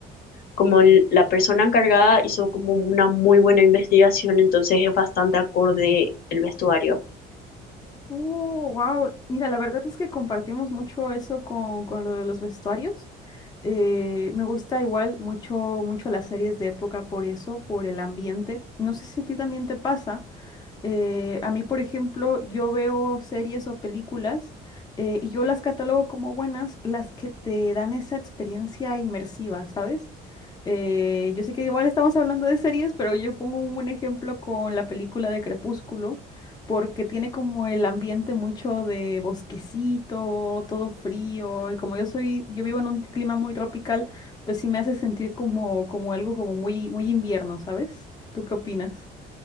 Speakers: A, on the left (about 60°); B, on the left (about 25°).
A: como el- la persona encargada hizo como una muy buena investigación, entonces es bastante acorde el vestuario.
B: Oh, wow. Mira, la verdad es que compartimos mucho eso con, con lo de los vestuarios. Eh, me gusta igual mucho, mucho las series de época por eso, por el ambiente. No sé si a ti también te pasa, eh, a mí, por ejemplo, yo veo series o películas eh, y yo las catalogo como buenas, las que te dan esa experiencia inmersiva, ¿sabes? Eh, yo sé que igual estamos hablando de series, pero yo pongo un buen ejemplo con la película de Crepúsculo, porque tiene como el ambiente mucho de bosquecito, todo frío, y como yo soy, yo vivo en un clima muy tropical, pues sí me hace sentir como, como algo como muy, muy invierno, ¿sabes? ¿Tú qué opinas?